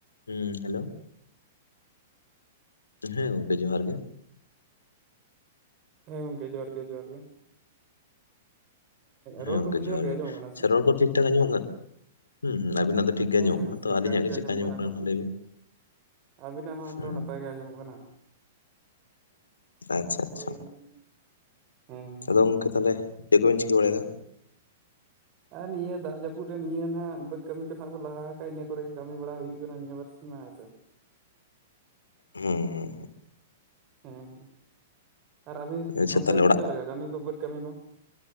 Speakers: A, on the left (about 75°); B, on the right (about 35°).
A: ᱦᱩᱸ ᱦᱮᱞᱳ ᱦᱮᱸ ᱜᱚᱝᱠᱮ ᱡᱚᱦᱟᱨ ᱜᱮ᱾
B: ᱦᱮᱸ ᱜᱚᱝᱠᱮ ᱡᱚᱦᱟᱨ ᱜᱮ ᱡᱚᱦᱟᱨ ᱜᱮ᱾
A: ᱦᱮᱸ
B: ᱨᱚᱲ
A: ᱜᱚᱝᱠᱮ
B: ᱠᱚ ᱠᱞᱤᱭᱟᱨ
A: ᱡᱚᱦᱟᱨ
B: ᱟᱸᱡᱚᱢᱚᱜ
A: ᱜᱮ,
B: ᱠᱟᱱᱟ
A: ᱪᱷᱟ
B: ᱥᱮ
A: ᱨᱚᱲ ᱠᱚ ᱴᱷᱤᱠ ᱴᱷᱟᱠ ᱟᱸᱡᱚᱢᱚᱜ ᱠᱟᱱᱟ? ᱦᱩᱸ ᱦᱩᱸ ᱟᱵᱤᱱᱟᱜ ᱫᱚ ᱴᱷᱤᱠ ᱜᱮ
B: ᱦᱮᱸ
A: ᱟᱸᱡᱚᱢᱚᱜ
B: ᱦᱮᱸ
A: ᱠᱟᱱᱟ, ᱛᱚ
B: ᱴᱷᱤᱠ
A: ᱟᱹᱞᱤᱧᱟᱜ
B: ᱴᱷᱟᱠ
A: ᱜᱮ ᱪᱮᱜᱠᱟ ᱟᱸᱡᱚᱢᱚᱜ ᱠᱟᱱᱟ
B: ᱛᱚ
A: ᱞᱟᱹᱭ ᱵᱤᱱ?
B: ᱟᱵᱤᱱᱟᱜ ᱦᱚᱸ
A: ᱦᱩᱸ
B: ᱛᱚ ᱱᱟᱯᱟᱭ ᱜᱮ ᱟᱸᱡᱚᱢᱚᱜ ᱠᱟᱱᱟ
A: ᱟᱪᱪᱷᱟ ᱟᱪᱪᱷᱟ
B: <unintelligible> ᱦᱮᱸ
A: ᱟᱫᱚ ᱜᱚᱝᱠᱮ ᱛᱟᱞᱦᱮ ᱪᱮᱫ ᱠᱚᱵᱤᱱ ᱪᱤᱠᱟᱹ ᱵᱟᱲᱟᱭᱫᱟ?
B: ᱟᱨ ᱱᱤᱭᱟᱹ ᱫᱟᱜ ᱡᱟᱹᱯᱩᱫ ᱨᱮ ᱱᱤᱭᱟᱹ ᱱᱟᱜ ᱵᱟᱹᱫᱽ ᱠᱟᱹᱢᱤ ᱠᱚ ᱱᱟᱜ ᱵᱚ ᱞᱟᱦᱟ ᱠᱟᱜᱟ ᱤᱱᱟᱹ ᱠᱚᱨᱮ ᱜᱮ ᱠᱟᱹᱢᱤ ᱵᱟᱲᱟ ᱦᱩᱭᱩᱜ ᱠᱟᱱᱟ ᱱᱤᱭᱟᱹ ᱵᱟᱨᱥᱤᱧ ᱢᱟ ᱦᱮᱸ ᱥᱮ᱾
A: ᱦᱩᱸ ᱦᱩᱸ
B: ᱦᱩᱸ ᱦᱩᱸ ᱟᱨ ᱟᱹᱵᱤᱱ
A: ᱟᱪᱪᱷᱟ
B: ᱚᱱᱛᱮ
A: ᱛᱟᱦᱚᱞᱮ ᱚᱲᱟᱜ
B: ᱪᱮᱫ ᱞᱮᱠᱟ ᱠᱟᱹᱢᱤ ᱠᱚ ᱵᱟᱹᱫᱽ ᱠᱟᱹᱢᱤ ᱠᱚ?